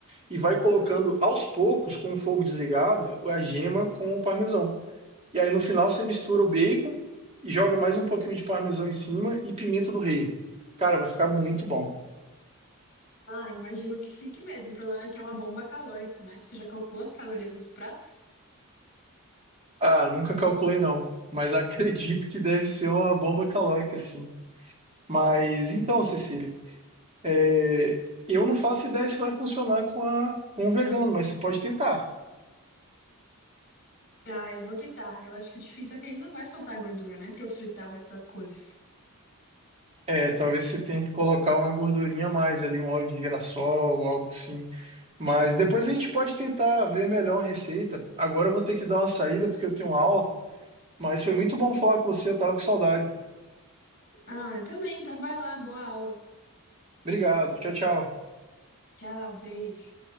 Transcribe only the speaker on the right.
e vai colocando aos poucos, com o fogo desligado, a gema com o parmesão. E aí no final você mistura o bacon e joga mais um pouquinho de parmesão em cima e pimenta do reino. Cara, vai ficar muito bom.
Ah, nunca calculei não, mas <laughs> acredito que deve ser uma bomba calórica, sim. Mas então, Cecília. É, eu não faço ideia se vai funcionar com a, com o vegano, mas você pode tentar.
É, talvez você tenha que colocar uma gordurinha a mais ali, um óleo de girassol ou algo assim. Mas depois a gente pode tentar ver melhor a receita. Agora eu vou ter que dar uma saída porque eu tenho aula, mas foi muito bom falar com você, eu tava com saudade.
Obrigado, tchau, tchau.